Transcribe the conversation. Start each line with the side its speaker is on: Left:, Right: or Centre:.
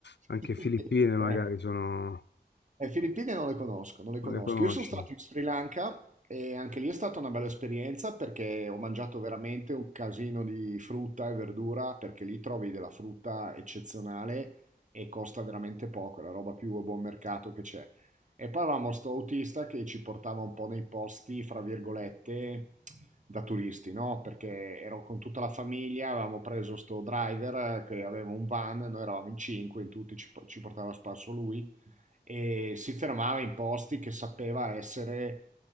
Left: anche
Right: <laughs>
Left: Filippine magari
Right: Ecco.
Left: sono,
Right: Le Filippine non le conosco, non le
Left: non
Right: conosco.
Left: le conosci.
Right: Io sono stato in Sri Lanka e anche lì è stata una bella esperienza perché ho mangiato veramente un casino di frutta e verdura perché lì trovi della frutta eccezionale e costa veramente poco, è la roba più a buon mercato che c'è. E poi avevamo sto autista che ci portava un po' nei posti, fra virgolette, da turisti, no? Perché ero con tutta la famiglia, avevamo preso sto driver che aveva un van, noi eravamo in cinque, in tutti ci ci portava a spasso lui e si fermava in posti che sapeva essere,